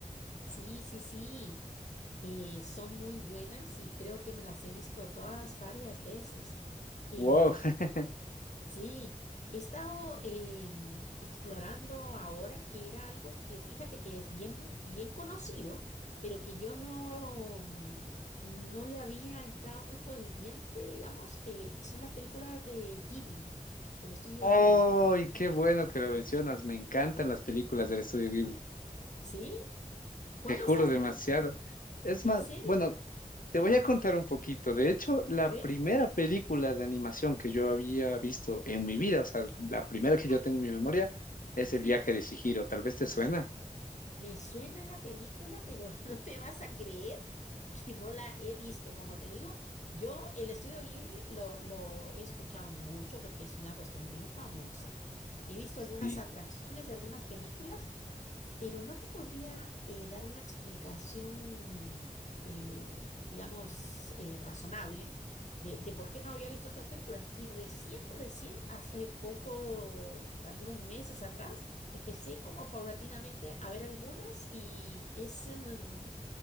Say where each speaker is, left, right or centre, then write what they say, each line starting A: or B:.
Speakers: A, on the left; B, on the left.
A: sí, sí, sí. Eh, son muy buenas y creo que me las he visto todas varias veces. Em,
B: ¡Wow! <laughs>
A: Sí, he estado em, explorando ahora que era algo que fíjate que es bien, bien conocido, pero que yo no, mm, no le había entrado mucho el diente, digamos, eh, y son las películas de Ghibli, del estudio
B: ¡Ay,
A: Ghibli.
B: qué bueno que lo mencionas! Me encantan las películas del estudio Ghibli.
A: ¿Sí? ¿Cuáles
B: Te juro
A: has
B: demasiado.
A: visto?
B: Es
A: ¿En
B: más,
A: serio?
B: bueno, Te voy a contar un poquito. De hecho, la
A: A ver,
B: primera película de animación que yo había visto en mi vida, o sea, la primera
A: ajá,
B: que yo tengo en mi memoria, es El
A: sí.
B: viaje de Chihiro. Tal vez te suena.
A: Me suena la película, pero <laughs> no me vas a creer que no la he visto. Como te digo, yo el estudio Ghibli lo, lo he escuchado mucho porque es una cuestión muy famosa. He visto algunas
B: Sí.
A: atracciones de algunas películas, pero no te podría eh, dar una explicación, eh, digamos, eh, razonable de, de por qué no había visto estas películas. Y recién, recién, hace poco, algunos meses atrás, empecé como paulatinamente a ver algunas y es em,